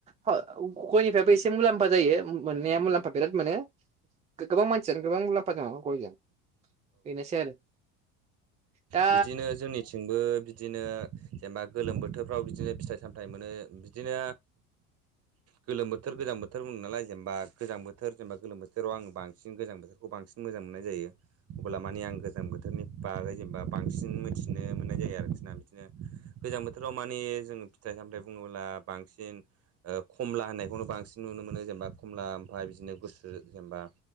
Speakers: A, on the right; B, on the right.
A: गयनिफायबो एसे मुलाम्फा म्फा जायो मोननाया मुलाम्फा बिराद मोनो गोबां मानसियानो गोबां मुलाम्फा दङ गयजों बेनोसै आरो। दा
B: बिदिनो जोंनिथिंबो बिदिनो जेनेबा गोलोम बोथोरफ्राव बिदिनो फिथाइ सामथाइ मोनो बिदिनो गोलोम बोथोर गोजां बोथोर बुंदों नालाय जेनेबा गोजां बोथोर जेनेबा गोलोम बोथोराव आङो बांसिन गोजां बोथोर खौ बांसिन मोजां मोननाय जायो अब्ला माने आं गोजां बोथोरनि बागै जेनबा बांसिन मिथिनो मोननाय जायो आरोखि ना बिदिनो गोजां बोथोराव माने जोङो फिथाइ सामथाय बुङोब्ला बांसिन खमला होननायखौनो बांसिन नुनो मोनो जेनेबा खमला ओमफ्राय बिदिनो गुसु जेनेबा